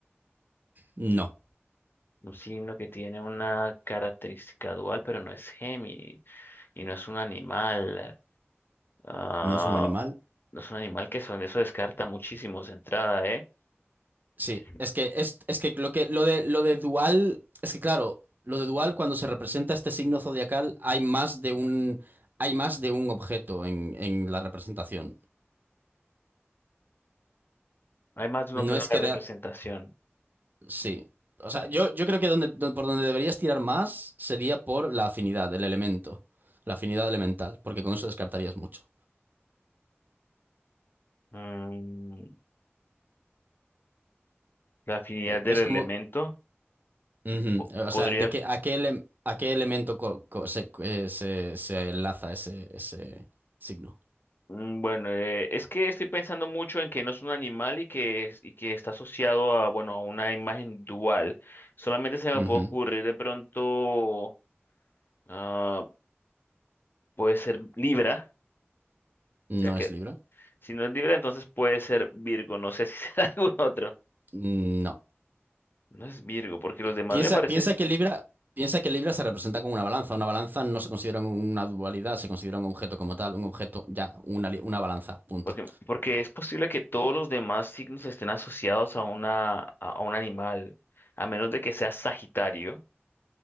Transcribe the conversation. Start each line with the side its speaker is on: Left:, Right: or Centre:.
Right: No,
Left: un signo que tiene una característica dual, pero no es Géminis y no es un animal. Ah,
Right: no es un animal.
Left: No es un animal que son, eso descarta muchísimos de entrada, ¿eh?
Right: Sí,
Left: Que- sí.
Right: es que es, es que lo que lo de lo de dual, es que claro, lo de dual cuando se representa este signo zodiacal hay más de un hay más de un objeto en, en la representación.
Left: Hay más de un
Right: No
Left: objeto
Right: es
Left: en
Right: que
Left: la representación.
Right: rea- sí. O sea, yo, yo creo que donde, don- por donde deberías tirar más sería por la afinidad, el elemento, la afinidad elemental, porque con eso descartarías mucho.
Left: Mm, la afinidad
Right: Eh,
Left: del
Right: Es
Left: elemento
Right: como, ujú,
Left: po-
Right: o
Left: podría.
Right: sea, de que a qué, ele- a qué elemento co- co- se, eh, se- se enlaza ese, ese signo.
Left: Mm, Bueno, eh, es que estoy pensando mucho en que no es un animal y que, es- y que está asociado a, bueno, a una imagen dual. Solamente se me
Right: Ujú,
Left: puede ocurrir de pronto, ah, puede ser Libra,
Right: No
Left: ya que
Right: es Libra.
Left: si no es Libra, entonces puede ser Virgo. No sé si <laughs> será algún otro.
Right: Mm, No.
Left: No es Virgo, porque los demás
Right: Piensa,
Left: me parece.
Right: piensa que Libra, piensa que Libra se representa como una balanza. Una balanza no se considera una dualidad, se considera un objeto como tal, un objeto, ya, una, li- una balanza, punto.
Left: Porque, porque es posible que todos los demás signos estén asociados a una, a, a un animal, a menos de que sea Sagitario,